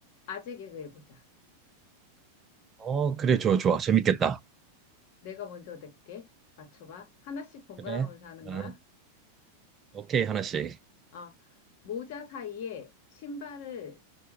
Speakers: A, on the left (about 50°); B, on the right (about 25°).
A: 아재 개그 해보자.
B: 어, 그래, 좋아, 좋아. 재밌겠다.
A: 내가 먼저 낼게. 맞춰봐. 하나씩 번갈아
B: 그래.
A: 가면서 하는
B: 아,
A: 거야.
B: 오케이, 하나씩.
A: 어, 모자 사이에 신발을,